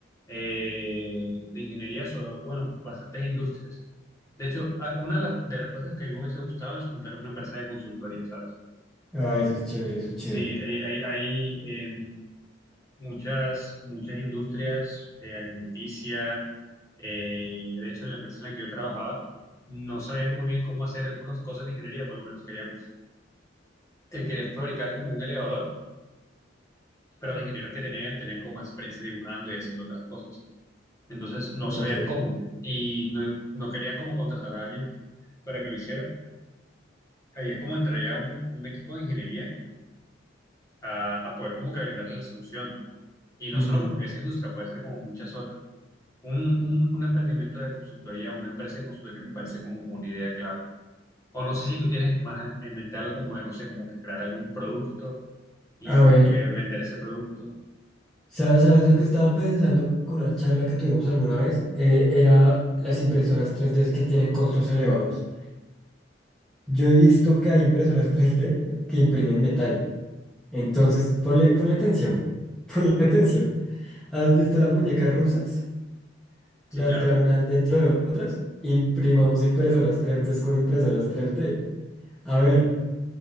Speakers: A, on the left; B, in the centre.
A: eh, de ingeniería, so- bueno, bastantes industrias. De hecho, a- una de la- de las cosas que a mí me hubiese gustado es montar una empresa de consultoría, ¿sabes?
B: Ah, eso es chévere, eso es chévere.
A: Sí, eh, hay, hay, eh, muchas, muchas industrias eh, alimenticia. eh, de hecho, en la empresa en la que yo trabajaba, no sabían muy bien cómo hacer algunas cosas de ingeniería, por lo menos querían, eh, querían fabricar como un elevador pero los ingenieros que tenían tenían como más experiencia dibujando y haciendo otras cosas. Entonces no
B: Ok.
A: sabían cómo y no, no querían como contratar a alguien para que lo hiciera. Ahí es como entraría un, un equipo de ingeniería a, a poder como que brindarle la solución. Y no
B: ujú.
A: solo como que esa industria, puede ser como muchas otras. Un, un, un emprendimiento de consultoría, una empresa de consultoría me parece como una idea clave. O no sé si tú tienes más en en mente algo como de, no sé, como que crear algún producto y
B: A
A: como
B: ver,
A: que vender ese producto.
B: ¿sabes, sabes yo que estaba pensando con una charla que tuvimos alguna vez? Eh, era las impresoras 3D que tienen costos elevados. Yo he visto que hay impresoras 3D que imprimen metal. Entonces, ponle, ponle atención, <laughs> ponle atención. ¿Has visto las muñecas rusas?
A: Sí,
B: las
A: claro.
B: que van unas dentro de otras, imprimamos impresoras tres d con impresoras tres d A ver,